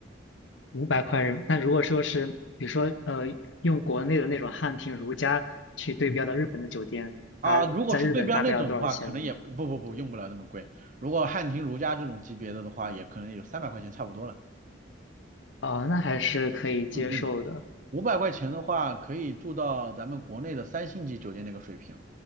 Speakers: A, on the left; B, on the right.
A: 五百块人，但如果说是比如说呃用国内的那种汉庭如家去对标到日本的酒店，
B: 啊，
A: 它在日本大概要多少钱
B: 如果是对标那种的话，可能也不不不用不了那么贵。
A: 对，
B: 如果汉庭如家这种级别的的话，也可能有三百块钱差不多了。
A: 哦，那还是可以接受的，
B: 嗯嗯，五百块钱的话，可以住到咱们国内的三星级酒店那个水平，